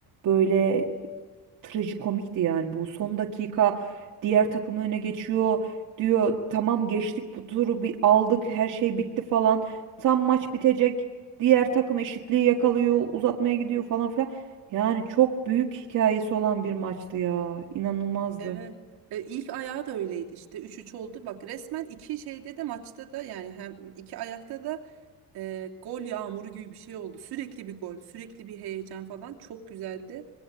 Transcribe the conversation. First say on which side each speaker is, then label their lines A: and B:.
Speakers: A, on the right (about 55°); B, on the right (about 70°).
A: böyle trajikomikti yani. Bu son dakika diğer takım öne geçiyor diyor tamam geçtik bu turu bir aldık her şey bitti falan. Tam maç bitecek diğer takım eşitliği yakalıyor uzatmaya gidiyor falan filan. Yani çok büyük hikayesi olan bir maçtı ya inanılmazdı.
B: Evet. E, ilk ayağı da öyleydi işte. üç üç oldu. Bak resmen iki şeyde de maçta da yani hem iki ayakta da e, gol yağmuru gibi bir şey oldu. Sürekli bir gol, sürekli bir heyecan falan çok güzeldi.